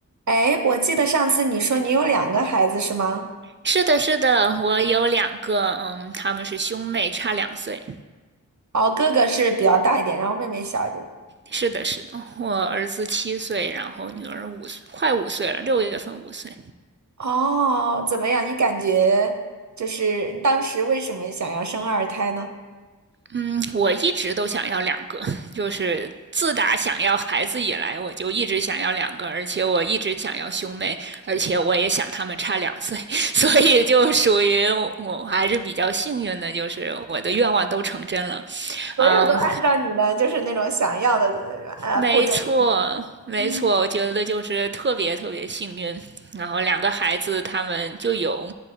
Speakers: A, on the right; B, on the right.
A: 哎，我记得上次你说你有两个孩子是吗？
B: 是的，是的，我有两个，嗯，他们是兄妹，差两岁。
A: 哦，哥哥是比较大一点，然后妹妹小一点。
B: 是的，是的，我儿子七岁，然后女儿五岁，快五岁了，六月份五岁。
A: 哦，怎么样？你感觉就是你当时为什么想要生二胎呢？
B: 嗯，我一直都想要两个，就是自打想要孩子以来，我就一直想要两个，而且我一直想要兄妹，而且我也想他们差两岁，<laughs> 所以就属于我我还是比较幸运的，就是我的愿望都成真了。
A: 所有都按照你的就是那种想要的
B: 嗯，
A: 呃步骤。
B: 没错，没错，
A: 嗯，
B: 我觉得就是特别特别幸运。然后两个孩子他们就有，